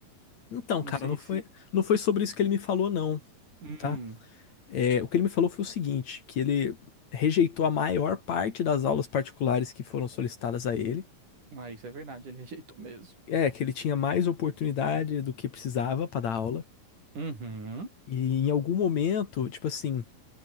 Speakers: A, on the left; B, on the right.
A: Então,
B: Não
A: cara,
B: sei
A: não foi,
B: se.
A: não foi sobre isso que ele me falou, não.
B: Hum,
A: tá É, o que ele me falou foi o seguinte, que ele rejeitou a maior parte das aulas particulares que foram solicitadas a ele.
B: ah, isso é verdade, ele <laughs> rejeitou mesmo.
A: É, que ele tinha mais oportunidade do que precisava para dar aula.
B: Uhum,
A: E em algum momento, tipo assim,